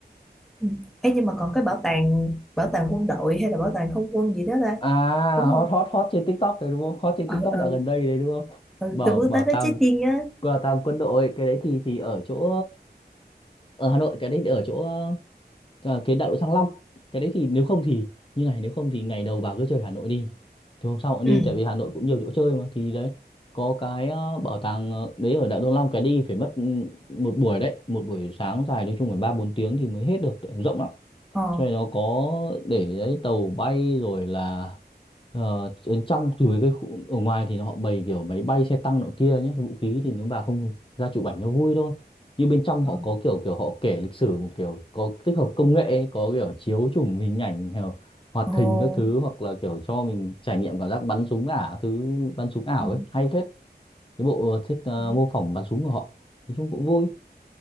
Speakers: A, in the centre; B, on the left (about 30°).
A: Ừ. Ê, nhưng mà còn cái bảo tàng, bảo tàng quân đội hay là bảo tàng không quân gì đó ta?
B: à
A: Đúng không?
B: hot hot hot trên TikTok đấy đúng không hot trên
A: Ờ,
B: TikTok
A: ờ,
B: dạo
A: ừ,
B: gần đây đấy đúng không
A: Ừ,
B: bảo
A: tôi muốn
B: bảo
A: tới đó
B: tàng
A: check-in á.
B: qua tàng quân đội cái đấy thì thì ở chỗ ở Hà Nội cái đấy ở chỗ ờ, ờ, cái đại lộ Thăng Long cái đấy thì nếu không thì như này nếu không thì ngày đầu bà cứ chơi Hà Nội đi thì hôm sau cũng
A: Ừ.
B: đi tại vì Hà Nội cũng nhiều chỗ chơi mà thì đấy có cái ờ, bảo tàng ờ, đấy ở đại lộ Thăng Long cái đi phải mất ừ, một buổi đấy một buổi sáng dài nói chung phải ba bốn tiếng thì mới hết được rộng lắm
A: Ờ.
B: cho nên nó có để đấy tàu bay rồi là ờ, đến trong từ cái khu, ở ngoài thì họ bày kiểu máy bay xe tăng nọ kia nhé vũ khí thì nếu bà không ra chụp ảnh nó vui thôi nhưng bên trong
A: ờ.
B: họ có kiểu kiểu họ kể lịch sử một kiểu có tích hợp công nghệ ấy, có kiểu chiếu chụp hình ảnh kiểu hoạt
A: Ồ,
B: hình các thứ hoặc là kiểu cho mình trải nghiệm cảm giác bắn súng ảo thứ bắn súng ảo
A: ờ,
B: ấy hay phết cái bộ ờ, thiết ờ,
A: ờ,
B: mô phỏng bắn súng của họ nói chung cũng vui